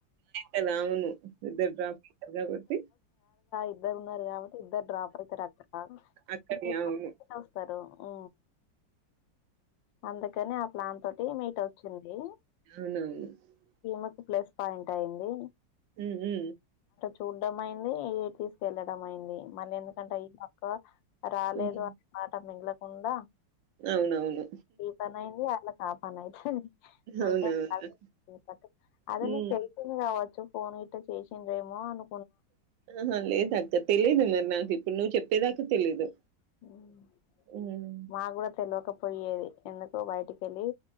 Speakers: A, on the right; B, on the left.
A: కదా! అవును. ఇద్దరు డ్రాప్ అవుతారు కాబట్టి
B: ఇద్దరు ఉన్నారు కాబట్టి ఇద్దరు డ్రాప్ అయితారు అక్కడ
A: అక్కడి
B: <unintelligible>
A: అవును.
B: వస్తరు ఆ అందుకని ఆ ప్లాన్ తోటి మీతో వచ్చింది
A: <unintelligible>
B: ఒక ప్లస్ పాయింట్ అయ్యింది
A: హు
B: చూడ్డం అయింది ఏ తీసుకెళ్లడం అయింది మళ్ళీ ఎందుకంటే అ అక్క రాలేదు
A: హ్మ్. హ్మ్.
B: అన్నమాట మిగలకుండ
A: అవునవును.
B: పన్ అయింది <unintelligible>
A: అవునవును.
B: <unintelligible>
A: హ్మ్.
B: తెలిసింది కావచ్చు ఫోన్ గిట్ట చేసిండేమో అను
A: ఆహా లేదాక్క తెలిదు మరి నాకు ఇప్పుడు నువ్వు చెప్పేదాక తెలీదు
B: <unintelligible>
A: హ్మ్.
B: కూడ తెలియకపోయేది ఎందుకో బయటికి వెళ్ళి